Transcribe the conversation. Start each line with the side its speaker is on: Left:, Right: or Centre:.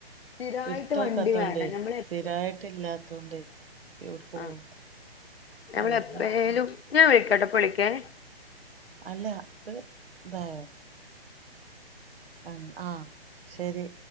Left: സ്ഥിരായിട്ട്
Right: ഇടുത്തോക്കാത്തോണ്ടേ
Left: വണ്ടി വേണം ഞമ്മള്
Right: സ്ഥിരായിട്ട്
Left: എപ്പ
Right: ഇല്ലാത്തോണ്ടേ എവിട്ക്ക് പോവാത്ത
Left: ആ ഞമ്മള്
Right: ആ ബെല്ലടിക്ക്ണ്
Left: എപ്പഴേലും ഞാൻ വെക്കട്ടേ പ്പവിളിക്കേ
Right: അല്ല അത് ഇതായോ അങ് ആഹ് ശരി